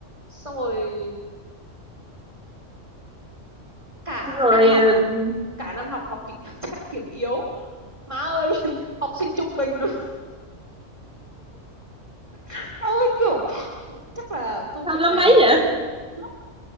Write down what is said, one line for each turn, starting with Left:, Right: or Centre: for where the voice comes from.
Right: xong rồi cả
Centre: Xong Rồi,
Right: năm học
Centre: ừ,
Right: cả năm học học kịch chạy kiểm <laughs> yếu má ơi <laughs> luôn học sinh trung bình luôn <laughs> Tao ơi kiểu chắc là câu
Centre: năm
Right: chuyện
Centre: lớp
Right: này
Centre: mấy vậy?
Right: lớp